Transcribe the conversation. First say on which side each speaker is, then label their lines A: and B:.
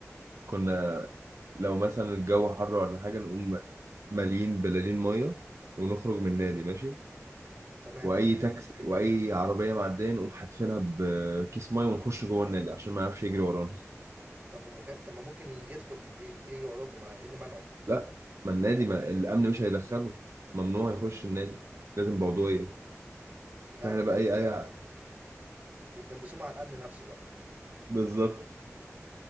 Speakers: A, on the right (about 60°); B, on the right (about 30°).
A: كنا لو مثلا الجو حر ولا حاجة نقوم مالين بلالين مية ونخرج من النادي ماشي
B: تمام
A: واي تاكس واي عربية معدية نقوم حاتفينها بكيس مية ونخش جوه النادي عشان ما يعرفش يجري ورانا
B: طب ومكان طب ما ممكن ي- يدخل ب- بي- يجري وراكم ايه اللي منعه
A: لا ما النادي ما الامن مش هيدخله ممنوع يخش النادي لازم بعضوية
B: مم. لا
A: فاحنا
B: ده كده
A: بقى اي اي
B: بتدبسوه مع الامن نفسه بقى
A: بالظبط